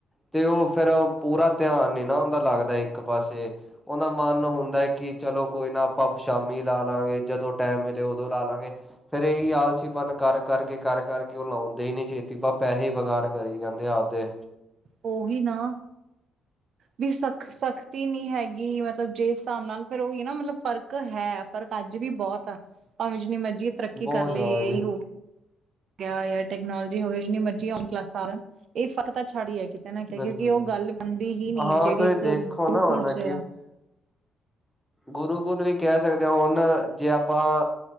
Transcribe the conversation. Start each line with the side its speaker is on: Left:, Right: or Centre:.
Centre: ਤੇ ਉਹ ਫਿਰ ਪੂਰਾ ਧਿਆਨ ਨੀ ਨਾ ਹੁੰਦਾ ਲੱਗਦਾ ਇੱਕ ਪਾਸੇ। ਉਹਦਾ ਮਨ ਹੁੰਦਾ ਹੈ ਕਿ ਚਲੋ ਕੋਈ ਨਾ ਆਪਾਂ ਸ਼ਾਮੀ ਲਾ ਲਾਂਗੇ ਜਦੋਂ ਟਾਈਮ ਮਿਲੇ ਉਦੋਂ ਲਾ ਲਾਂਗੇ। ਫਿਰ ਇਹੀ ਆਲ -ਸ ਪਨ ਕਰ ਕਰਕੇ -ਕਰ ਕਰਕੇ ਉਹ ਲਾਉਂਦੇ ਈ ਨੀ ਛੇਤੀ, ਬਹ ਪੈਹੇ ਹੀ ਵਗਾਰ ਕਰੀ ਜਾਂਦੇ ਆਪਦੇ।
Right: ਉਹੀ ਨਾ, ਵੀ ਸਖ ਸਖਤੀ ਨੀ ਹੈਗੀ ਮਤ ਜਿਸ ਹਿਸਾਬ ਨਾਲ ਫਿਰ ਉਹੀ ਨਾ ਮਤਲਬ ਫਰਕ ਹੈ ਫਰਕ ਅੱਜ ਵੀ ਬਹੁਤ ਆ ਭਾਵੇਂ ਜਿੰਨੀ ਮਰਜ਼ੀ ਤ ਤਰੱਕੀ
Centre: ਬਹੁਤ
Right: ਕਰ ਲੇ
Centre: ਜ਼ਿਆਦਾ ਜੀ
Right: ਇਹੀ ਹੋ। ਕਿਆ ਯਾਰ ਟੈਕਨਾਲੋਜੀ ਹੋਵੇ ਜਿੰਨੀ ਮਰਜ਼ੀ ਔਨਲਾਈਨ ਕਲਾਸਾਂ ਸੜ ਇਹ ਫਰਕ ਤਾਂ ਛੱੜ ਹੀ ਹੈ। ਕਹਿਣਾ ਕਿਹਾ
Centre: ਬਿਲਕੁਲ
Right: ਕਿਉਂਕਿ ਉਹ
Centre: ਜੀ
Right: ਗੱਲ ਬਣਦੀ ਹੀ ਨੀ
Centre: ਹਾਂ
Right: ਜਿਹੜੀ
Centre: ਤੁਸੀਂ
Right: ਇੱਕ
Centre: ਦੇਖੋ
Right: ਗੁਰੂਕੁਲ
Centre: ਨਾ ਹੁਣ
Right: 'ਚ
Centre: ਗੁਰੂ ਕੁਲ ਵੀ ਕਹਿ ਸਕਦੇ ਹਾਂ ਹੁਣ ਜੇ ਆ ਆਪਾਂ